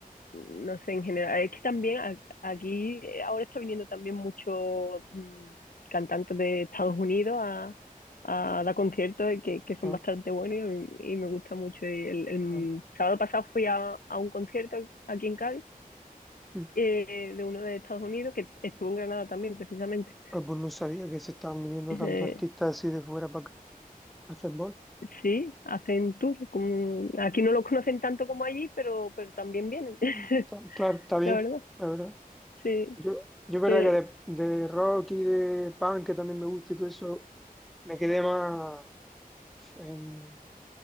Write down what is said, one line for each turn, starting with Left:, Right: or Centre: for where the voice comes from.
Left: no sé, en general, es que también a- aquí eh, ahora está viniendo también muchos mm, cantantes de Estados Unidos a, a dar conciertos y que, que son
Centre: ah,
Left: bastante buenos y, y me gusta mucho. Y el, el
Centre: ah,
Left: sábado pasado fui a, a un concierto aquí en Cádiz
Centre: mm.
Left: eh, de uno de Estados Unidos que estuvo en Granada también, precisamente.
Centre: Ah, pues no sabía que se estaban viniendo
Left: Eh,
Centre: tantos artistas así de fuera para acá a hacer bol.
Left: sí, hacen tour. con- Aquí no los conocen tanto como allí, pero, pero también vienen,
Centre: Mm,
Left: <laughs>
Centre: está- Claro, está bien,
Left: la verdad.
Centre: la verdad.
Left: Sí.
Centre: Yo, yo verdad
Left: Eh,
Centre: que de, de rock y de punk, que también me gusta y todo eso, me quedé más en,